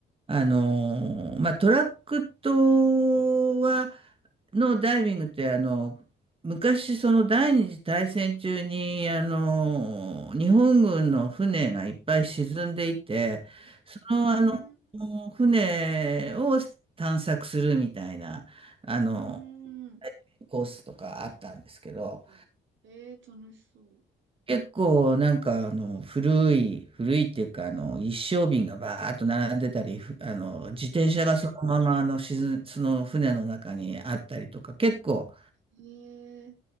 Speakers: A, on the right (about 25°); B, on the right (about 70°).
A: あの、まあ、トラック島は、のダイビングってあの昔その第二次大戦中にあの日本軍の船がいっぱい沈んでいてその、
B: はいうーん、
A: あの船を探索するみたいなあの
B: うーん。
A: コースとかあったんですけど
B: あ、えー、楽しそう。
A: 結構なんかあの古い古いっていうかあの一升瓶がバーッと並んでたりふあの自転車がそのままあの沈その船の中にあったりとか結構。
B: え、えー、